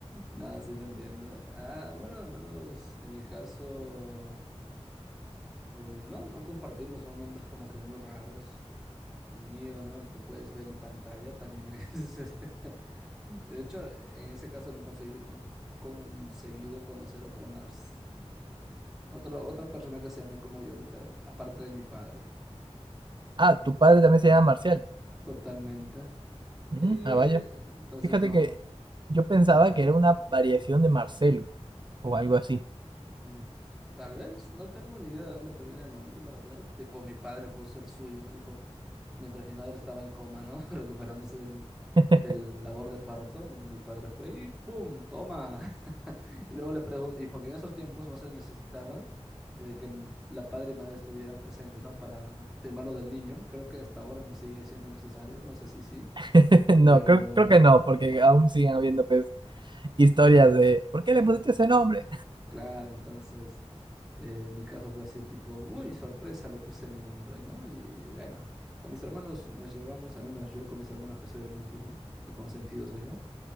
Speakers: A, in the centre; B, on the right.
A: Nada, sí te entiendo. Ah, bueno, al menos en mi caso, uy, no, no compartimos, son nombres como que muy raros. El mío, ¿no? El que puedes ver en pantalla también es... <laughs> De hecho, en ese caso no he conseguido, no he conseguido conocer otro más, otro, otra persona que se llame como yo, literal, aparte de mi padre.
B: Ah,
A: y
B: tu padre también se llama Marcial.
A: Totalmente.
B: Mm,
A: Y
B: ah, vaya.
A: entonces
B: Fíjate
A: no,
B: que yo pensaba que era una variación de Marcelo o algo así.
A: mm, tal vez no tengo ni idea de dónde proviene el nombre, la verdad. Tipo, mi padre puso el suyo, ¿no? Dijo. mientras mi madre estaba en coma, ¿no? <laughs> Recuperándose del,
B: <laughs>
A: del labor de parto, y mi padre fue y ¡pum! ¡Toma! <laughs> Y luego le pregunté, y porque en esos tiempos no se necesitaba de que el- la padre y madre estuvieran presentes, ¿no? Para firmar lo del niño. Creo que hasta ahora no sigue siendo necesario, no sé si sí,
B: <laughs> No,
A: pero
B: creo, creo que no, porque aún siguen habiendo pues, historias
A: mm,
B: de ¿por qué le pusiste ese nombre?
A: claro, entonces... eh, mi caso fue así tipo, uy, sorpresa, le puse mi nombre, ¿no? Y bueno, con mis hermanos nos llevamos, al menos yo con mis hermanos que soy el último, el consentido soy yo.